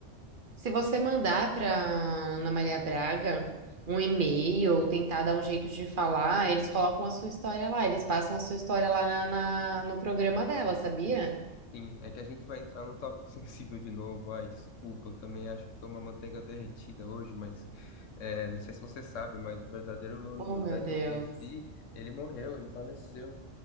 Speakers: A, on the right; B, on the left.
A: Se você mandar para Ana Maria Braga um e-mail ou tentar dar um jeito de falar, eles colocam a sua história lá. Eles passam a sua história lá na, na- no programa dela, sabia?
B: Sim, é que a gente vai entrar num tópico <laughs> sensível de novo. Ai, desculpa, eu também acho que tô uma manteiga derretida hoje, mas é, não sei se você sabe, mas o verdadeiro Louro
A: Oh,
B: José
A: meu
B: que
A: Deus.
B: eu cresci, ele morreu, ele faleceu.